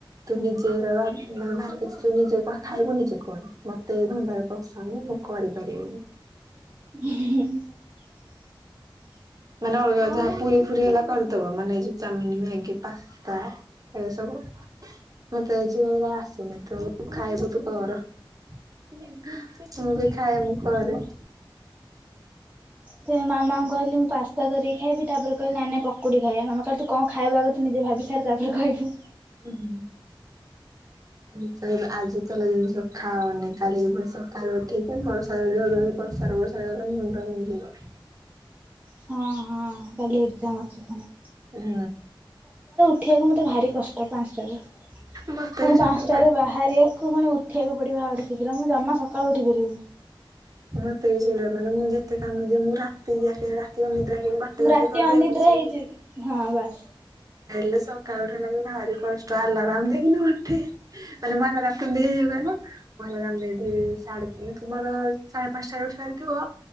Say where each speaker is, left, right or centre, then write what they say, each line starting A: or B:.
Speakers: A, on the right; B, on the right.
A: ତୁ ନିଜେ ଏରା ଭା ମାନେ ବାହାର କିଛି ତୁ ନିଜେ କ ଖାଇବୁ ନିଜେ କର ମତେ ଏ ଧନ୍ଦାରେ ପସାନି। ମୁଁ କରିପାରିବିନି।
B: ହୁଁ ହୁଁ ହୁଁ।
A: ମାନେ ଅଲଗା ଯାହା ପୁରୀ ଫୁରୀ ହେଲା କରିଦବ ମାନେ ଏଇଯଉ ଚାମିନି, ମ୍ୟାଗି ପାସ୍ତା। ଏ ସବୁ ମତେ ଆଜି ଏରା ଆସିନଥିବ ଖାଇବୁ ତୁ କର। ମୁଁ ବି ଖାଏ ମୁଁ କରେ।
B: ସେ ମାମାଙ୍କୁ କହିଲି ମୁଁ ପାସ୍ତା କରିକି ଖାଇବି ତାପରେ କହିଲି ନାଇଁ ନାଇଁ ପକୁଡି ଖାଇବା ମାମା କହିଲେ ତୁ କଣ ଖାଇବା ଆଗ ତୁ ନିଜେ ଭାବି ସାରେ ତାପରେ କହିବୁ।
A: ଉଁ ହୁଁ।
B: <inaudible>
A: ଆମୁକୁ କଇବେ ଆଜି ତେଲ ଜିନିଷ ଖାଅନି କାଲିିକି ଫୁଣି ସକାଳୁ ଉଠିକି ବର୍ଷା <unintelligible> <unintelligible> ମୁଣ୍ଡ ବିନ୍ଧିବ।
B: ହଁ ହଁ କାଲି ଏଗଜାମ୍ ଅଛି ଫୁଣି।
A: ହୁଁ।
B: ଉଠିବାକୁ ମତେ ଭାରି କଷ୍ଟ ପାନସ୍ ଟାରୁ
A: ମତେ
B: ମୁଁ
A: ବି ସକାଳୁ
B: ପାନସ୍ ଟା
A: ପା
B: ରେ ବାହାରିବା କଣ ଉଠିବାକୁ ପଡିବ ଆହୁରି ଶୀଘ୍ର ମୁଁ ଜମା ସକାଳୁ ଉଠି ପାରିବିନି।
A: ମତେ ବି <unintelligible> ମାନେ ମୁଁ ଯେତେ କାମ ଦିଅ ମୁଁ ରାତି ଯାକେ ରାତି ଅନିଦ୍ରା ହେଇ <unintelligible> ବାଟା
B: ମୁଁ
A: ଯାକେ
B: ରାତି
A: କରିଦେବି
B: ଅନିଦ୍ରା
A: ପଛେ।
B: ହେଇଯିବି ହଁ ବାସ୍
A: ହେଲେ ସକାଳୁ ଉଠିବା ଲାଗି ଭାରି କଷ୍ଟ ଆଲାରାମ ଦେଇକିନି ଉଠି ମାନେ ମୁଁ ଆଲାରାମ କେମତି <unintelligible> ବ ମୁଁ ଅଲ୍ହାରାମ ଦେଇଦେଇ କି ସାଢ଼େ ତିନି ଜି ମୋର ସାଢେ ପାନସ୍ ଟାରେ ଉଠିବାର ଥିବ